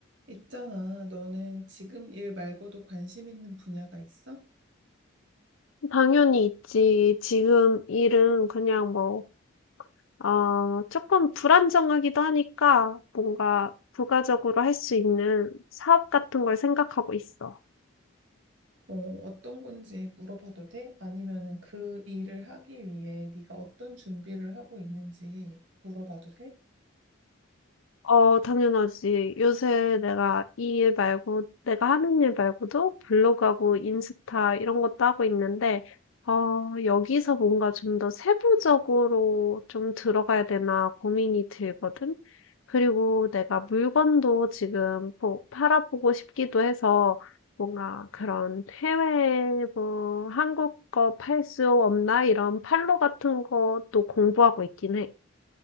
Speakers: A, on the right; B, on the left.
A: 있잖아, 너는 지금 일 말고도 관심 있는 분야가 있어?
B: 당연히 있지. 지금 일은 그냥 뭐, 어, 조금 불안정하기도 하니까 뭔가 부가적으로 할 수 있는 사업 같은 걸 생각하고 있어.
A: 어, 어떤 건지 물어봐도 돼? 아니면은 그 일을 하기 위해 네가 어떤 준비를 하고 있는지 물어봐도 돼?
B: 어, 당연하지. 요새 내가 이 일 말고, 내가 하는 일 말고도 블로그하고 인스타 이런 것도 하고 있는데, 어, 여기서 뭔가 좀 더 세부적으로 좀 들어가야 되나 고민이 들거든. 그리고 내가 물건도 지금 보- 팔아보고 싶기도 해서 뭔가 그런 해외 뭐 한국 거 팔 수 없나 이런 팔로 같은 것도 공부하고 있긴 해.